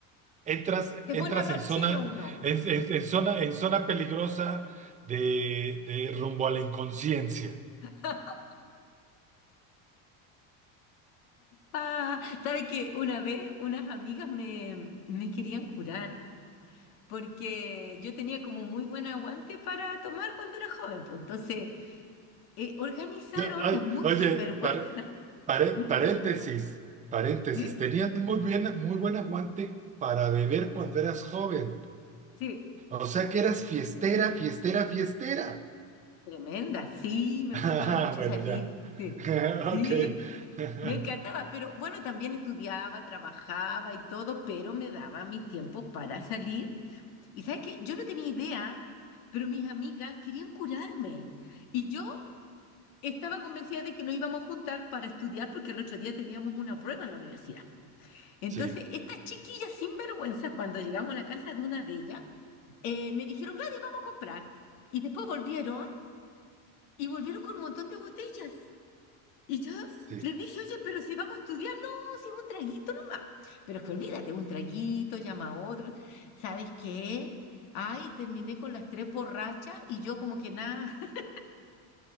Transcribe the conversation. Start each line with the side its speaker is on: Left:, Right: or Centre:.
Right: Entras,
Left: Se
Right: entras
Left: pone a hablar
Right: en zona,
Left: chino uno.
Right: en, en- en zona, en zona peligrosa de, de rumbo a la inconsciencia.
Left: <laughs> Ah, ¿sabes qué? Una vez unas amigas me, me querían curar porque yo tenía como muy buen aguante para tomar cuando era joven. Pues, entonces, eh, organizaron
Right: Ya, ay,
Left: las muy
Right: Oye,
Left: sinvergüenza.
Right: par- pare-
Left: ¿m?
Right: paréntesis, paréntesis.
Left: ¿Sí?
Right: Tenías muy bien, muy buen aguante para beber cuando eras joven.
Left: Sí.
Right: O sea que eras fiestera, fiestera, fiestera. <laughs>
Left: Tremenda. Sí, me
Right: Ah,
Left: gustaba mucho
Right: bueno,
Left: salir.
Right: ya.
Left: Sí.
Right: <laughs>
Left: Sí,
Right: Ok. <laughs>
Left: me encantaba, pero bueno, también estudiaba, trabajaba y todo, pero me daba mis tiempos para salir Y sabes que yo no tenía idea, pero mis amigas querían curarme. Y yo estaba convencida de que nos íbamos a juntar para estudiar porque el otro día teníamos una prueba en la universidad. Entonces,
Right: Sí,
Left: estas chiquillas sinvergüenzas, cuando llegamos a la casa de una de ellas, eh, me dijeron, Gladys, vamos a comprar. Y después volvieron y volvieron con un montón de botellas. Y yo
Right: sí.
Left: les dije, oye, pero si vamos a estudiar, no, si es un traguito nomás. Pero es que olvídate, un traguito, llama a otro. ¿Sabes qué? Ay, terminé con las tres borrachas y yo como que nada, <laughs>